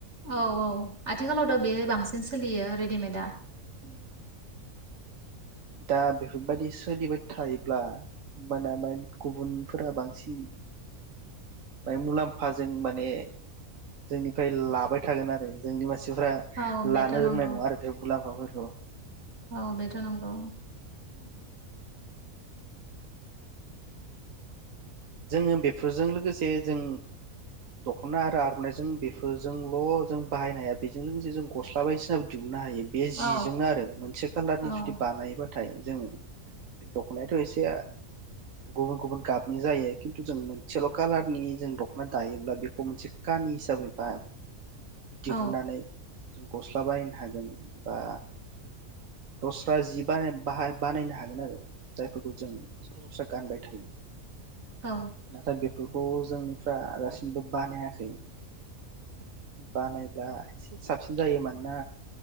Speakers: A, on the right; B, on the right.
A: औ औ आथिखालावथ' बे बांसिन सोलियो रेडिमेदा
B: उम दा बेफोरबायदि सोलिबाय थायोब्ला होमबाना मान गुबुनफोरा बांसिन बाय मुलाम्फाजों माने जोंनिफ्राय लाबाय थागोन आरो जोंनि मानसि सिफ्रा
A: औ बेथ'
B: लानो
A: नंगौ
B: रोंनाय नङा आरो बे मुलाम्फाफोरफोर द
A: औ बेथ' नंगौ
B: <unintelligible> जोङो बेफोरजों लोगोसे जों दख'ना आरो आर'नाइजों बेफोरजोंल' जों बाहायनो हाया बेजों लोगोसे जों गस्ला बायदिसिनाबो दि हुनो हायो बे
A: औ
B: जिजोंनो आरो मोनसे कालारनि
A: औ
B: जुदि बानायोबा थाय जों दख'नायाथ' एसे गुबुन गुबुन गाबनि जायो खिन्थु जों मोनसेल' कालारनि जों दख'ना दायोब्ला बेखौ मोनसे कानि हिसाबै बा दिहुननानै
A: औ
B: जों गस्ला बायनो हागोन बा दस्रा जि बानाय बाहाय बानायनो हागोन आरो जायफोरखौ जों सरासस्रा गानबाय थायो
A: औ
B: नाथाय बेफोर खौ जोंनिफ्रा दासिमबो बानायाखै बानायब्ला एसे साबसिन जायो मान ना